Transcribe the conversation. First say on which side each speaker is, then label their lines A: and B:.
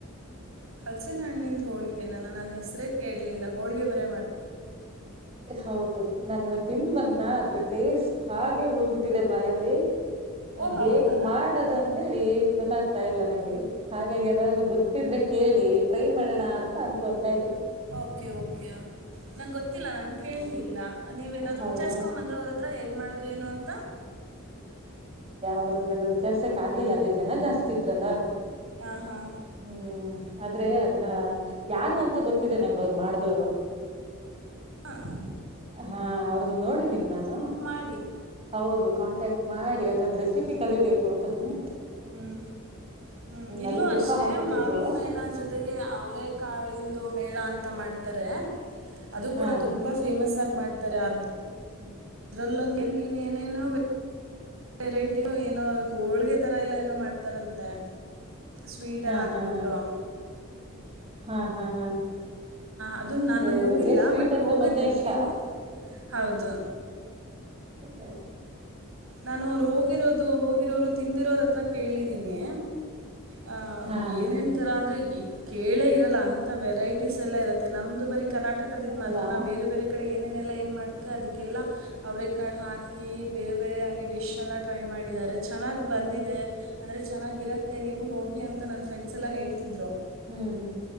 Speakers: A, on the right; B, on the right.
A: ಹಲಸಿ ನಣ್ಣಿಂದ ಹೋಳ್ಗೆ ನನ್ನ ಹೆಸರೇ ಕೇಳಲಿಲ್ಲ ಹೋಳ್ಗೆ ಬರ
B: ಹೌದು ನಾನ್ ಇವತ್ ತಿನ್ಬನ್ನ ಅದ್ರೆ ಟೇಸ್ಟ್ ಹಾಗೆ ಉಳ್ದ್ ಬಿಟ್ಟಿದೆ ಬಾಯಲ್ಲಿ ನನ್
A: ಓ ಹೌದಾ
B: ಹೇಗ್ ಮಾಡದಂತೇಳಿ ಗೊತ್ತಾಗ್ತಾ ಇಲ್ಲ ನಂಗೆ ಹಾಗಾಗಿ ಏನಾದರು ಗೊತ್ತಿದ್ರೆ ಕೇಳಿ ಟ್ರೈ ಮಾಡೋಣ ಅಂತ ಅನ್ಕೊತಾ ಇದೆ
A: ಓಕೆ ಓಕೆ ನಂಗೆ ಗೊತ್ತಿಲ್ಲ ನನಗೆ ಇಲ್ಲ ನೀವೇಏನಾದರೂ
B: ಹೌದಾ
A: ವಿಚಾರಿಸ್ಕೊಂಬಂದ್ರೆ ಅವ್ರ ಹತ್ರ ಹೇಗೆ ಮಾಡೋದು ಏನು ಅಂತ
B: ಅವ್ರತ್ರ ಎಲ್ಲ ವಿಚಾರ್ಸಕ್ ಆಗ್ಲಿಲ್ಲ ಅದೇ ಜನ ಜಾಸ್ತಿ ಇದ್ರಲ್ಲ
A: ಹಾಂ ಹಾಂ
B: ಹ್ಮ್ ಆದ್ರೆ ಅದನ್ನ ಯಾರು ಅಂತ ಗೊತ್ತಿದೆ ನಂಗ ಅವ್ರು ಮಾಡ್ದವರು
A: ಹ ಹ
B: ಹಾ ಅವ್ರನ್ನು ನೋಡಿದೀನಿ ನಾನು
A: ಮಾಡಿ
B: ಹೌದು ಕಾಂಟ್ಯಾಕ್ಟ್ ಮಾಡಿ ಅದೊಂದು ರೆಸಿಪಿ ಕಲಿಬೇಕು ಅಂತ ತುಂಬ
A: ಹ್ಮ್ ಹ್ಮ್ ಇಲ್ಲೂ
B: ಅದಕ್ ತುಪ್ಪ
A: ಅಷ್ಟೆ
B: ಹಾಕೊಟ್ಟಿದ್ರು
A: ಮಾವಿನ ಮೇಳ ಜೊತೆಗೆ ಅವರೇ ಕಾಳಂದು ಮೇಳ ಅಂತ ಅ ಊಟ ಮಾಡ್ತಾರೆ ಅದು
B: ಹಾ
A: ಕೂಡ ತುಂಬಾ ಫೇಮಸ್ ಆಗಿ ಮಾಡ್ತಾರೆ ಅ
B: ಹ್ಮ್
A: ಅದ್ರಲ್ಲೊಂದು ಏ ಏನೇನೋ ವೆರೈಟಿ ಏನೋ ಹೋಳ್ಗೆ ತರ ಎಲ್ಲ ಏನೋ ಮಾಡ್ತಾರಂತೆ ಸ್ವೀಟನ್ನು
B: ಹಾ
A: ಹಾಕ್ಬಿಟ್ಟು
B: ಹಾ ಹಾ ಹಾ ಹಾ ಹಾ
A: ಅದನ್ನು ನಾನು
B: ಅದೇ
A: ಹೋಗಿಲ್ಲ
B: ನಂಗೆ ಸ್ವೀಟ್
A: ಬಟ್
B: ಅಂದ್ರೆ
A: ಹೋಗಕ್ಕೆ
B: ಮೊದ್ಲೇ ಇಷ್ಟ
A: ಕೇಳಿ ಹೌದು
B: ಹ್ಮ
A: ನಾನು ಅವ್ರು ಹೋಗಿರೋದು ಹೋಗಿರೋರು ತಿಂದಿರೋರ ಹತ್ರ ಕೇಳಿದ್ದೀನಿ <unintelligible>
B: ಹಾ
A: ಏನೇನು
B: ಹಾ ಹಾ
A: ಥರ ಅಂದರೆ ಈ ಕೇಳೇ ಇರಲ್ಲ ಅಂ ವೆರೈಟೀಸ್ ಎಲ್ಲ ಇರತ್ತೆ ನಮ್ದು ಬರಿ ಕರ್ನಾಟಕದ ಮಾತ್ರ
B: ಅಲ್ಲಾ
A: ನಾ ಬೇರೆ ಬೇರೆ ಕಡೆ ಏ ಲ್ಲ ಏನ್ ಮಾಡ್ತಾರೆ ಅದಕ್ಕೆಲ್ಲ ಅವ್ರ ಕಾ ಹಾಕಿ ಬೇರೆ ಬೇರೆದಾಗಿ ಡಿಶ್ ಎಲ್ಲ ಟ್ರೈ ಮಾಡಿದ್ದಾರೆ ಚೆನ್ನಾಗಿ ಬಂದಿದೆ ಅಂದರೆ ಚೆನ್ನಾಗಿರುತ್ತೆ ನೀವು ಹೋಗಿ ಅಂತ ನನ್ ಫ್ರೆಂಡಸ್ ಎಲ್ಲ ಹೇಳಿ ರು
B: ಹ್ಮ್ ಹ್ಮ್